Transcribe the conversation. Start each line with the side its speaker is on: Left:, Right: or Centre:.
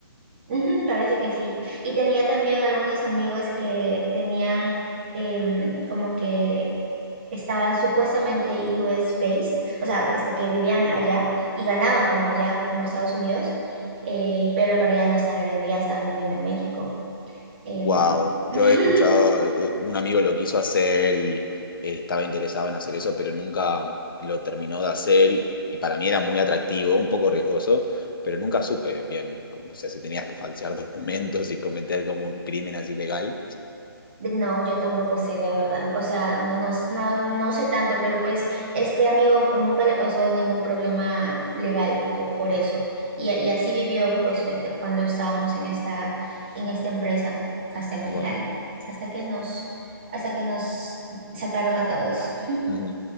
Right: Ujú, parece que sí. Y tenía también algunos amigos que tenían em, como que estaban supuestamente US based, o sea, este, que vivían allá y ganaban como allá, como Estados Unidos, eh, pero en realidad no estaban viviendo allá, estaban viviendo en México. Em,
Left: Wow, yo
Right: <laughs>
Left: he escuchado, eh, eh, un amigo lo quiso hacer y eh, estaba interesado en hacer eso, pero nunca lo terminó de hacer y, y para mí era muy atractivo, un poco riesgoso, pero nunca supe bien, como- o sea, si tenías que falsear <laughs> documentos y cometer como un crimen así legal.
Right: No, yo tampoco sé, la verdad. O sea, no, no, no, no sé tanto, pero pues este amigo pues nunca le pasó ningún problema legal po- por eso. Y, y así vivió pues este, cuando estábamos en esta, en esta empresa hasta el final,
Left: Wow.
Right: hasta que nos, hasta que nos sacaron a todos.
Left: Ujú,